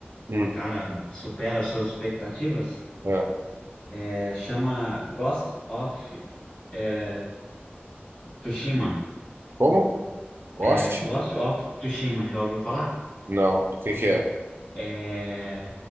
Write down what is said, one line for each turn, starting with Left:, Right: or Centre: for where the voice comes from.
Right: Hum,
Left: cara, supera as suas expectativas?
Right: é.
Left: É, chama Ghost of é, Tsushima.
Right: Como? Lost?
Left: É, Ghost of Tsushima, já ouviu falar?
Right: Não. O que que é?
Left: É